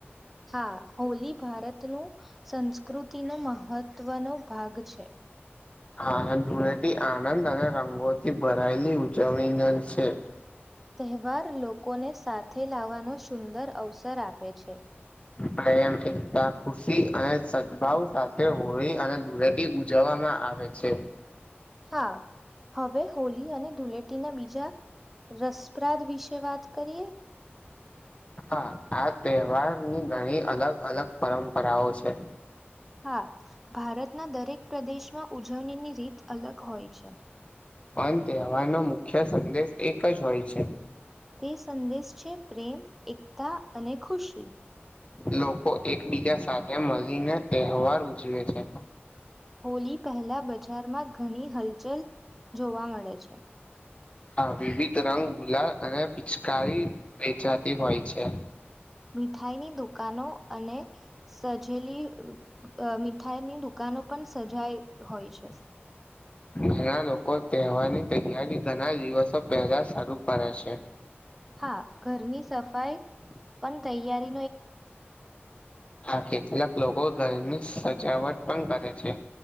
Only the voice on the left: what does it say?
હા ધૂળેથી આનંદ અને રંગોથી ભરાયેલી ઉજવણી <unintelligible> છે.
પ્રેમ, એકતા, ખુશી અને સદભાવ સાથે હોય અને દૂળે એ ગુજાવામાં આવે છે.
હા આ તહેવારની ઘણી અલગ અલગ પરંપરાઓ છે.
પન તહેવારનો મુખ્ય સંદેશ એક જ હોય છે.
લોકો એકબીજા સાથે મલીને તહેવાર ઉજવે છે.
હા વિવિધ રંગ, ગુલાલ અને પિચકારી વેચાતી હોય છે.
ઘણા લોકો તહેવારની તૈયારી ઘણા દિવસો પહેલા શરૂ કરે છે.
હા કેટલાક લોકો ઘરની સજાવટ પણ કરે છે.